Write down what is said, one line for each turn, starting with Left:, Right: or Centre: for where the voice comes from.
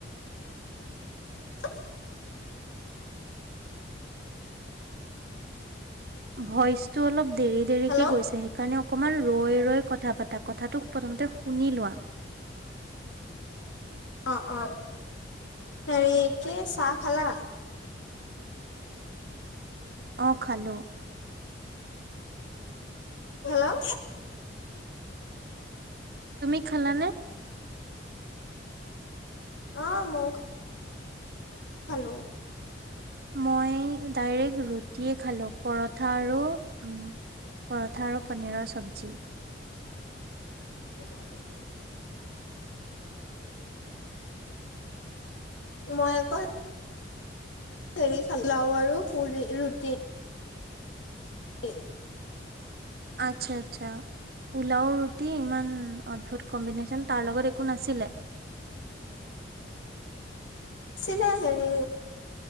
Left: <unintelligible>
Right: ভইচটো অলপ দেৰি দেৰিকে
Left: হেল্ল'
Right: গৈছে সেইকাৰণে অকমান ৰৈ ৰৈ কথা পাতা কথাটো প্ৰথমতে শুনি লোৱা।
Left: অ অ হেৰি কি চাহ খালা?
Right: অ খালো।
Left: হেল্ল'
Right: তুমি খালা নে?
Left: অ ময়ো খালো।
Right: মই ডাইৰেক্ট ৰুটিয়ে খালোঁ পৰঠা আৰু পৰঠা আৰু পনীৰৰ চব্জি
Left: <unintelligible> মই আকৌ সৰি খালো লাও আৰু পুৰি, ৰুটি টি
Right: আচ্ছা আচ্ছা পুলাও ৰু টি ইমান অদ্ভুত কম্বিনেচন তাৰ লগত একো নাছিলে?
Left: আছিলে হেৰি